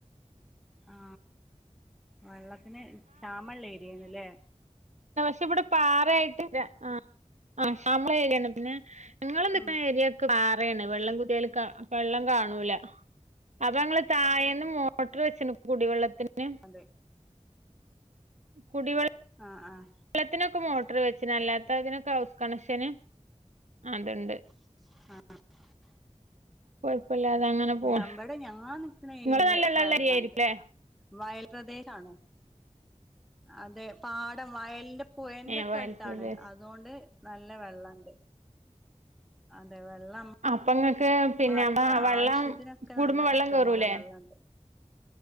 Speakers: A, in the centre; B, on the right.
A: ആ വെള്ളത്തിന് ക്ഷമള്ള ഏരിയന്നലെ.
B: ശ ഇവിടെ പാറ ആയിട്ട് ആ ആ ശാമ്ളം രിയാണ് പിന്നെ ഞങ്ങല്നിക്കണ
A: ഉം
B: ഏരിയൊക്കെ പാ റണ് വെള്ളം കുതിയാല് വെള്ളം കാണൂല. അപ്പൊ ങ്ങള് താഴേന്ന് മോട്ടർ വെച്ചന് കുടിവെള്ളത്തിന്
A: അതെ
B: കുടിവെള
A: ആഹ ആഹ
B: വെള്ളത്തിനൊക്കെ മോട്ടർ വെച്ചന് അല്ലാത്തതിനൊക്കെ ഹൗസ് കണക്ഷന് അതണ്ട്
A: ആഹ
B: കൊഴപ്പല്ലാതെ അങ്ങനെ പോണ്
A: ഞബടെ ഞങ്ങാ നിക്കണ ഏരില്
B: ഇങ്ങള് നല്ല വെള്ളള്ള
A: വെള്ളണ്ട്
B: ഏരിയായിരിക്കുംല്ലേ
A: വയൽ പ്രദേശ ആണോ അതെ പാടം വയലിന്റെ പുഴന്റെ
B: ഏഹ്
A: ഒക്കെ
B: വയൽ
A: അടുത്താണ്.
B: പ്രദേശം
A: അതുകൊണ്ട് നല്ല വെള്ളണ്ട്. അതെ വെള്ളം.
B: അപ്പൊ ഇങ്ങക്ക് പിന്നെ
A: നമ്മള
B: അപ്പ വെള്ളം
A: ആവശ്യത്തിനൊക്കെ
B: കൂടുമ്പോ
A: തന്നെ
B: വെള്ളം
A: ഇഷ്ടം
B: കേറൂലേ
A: പോലെ വെള്ളണ്ട്.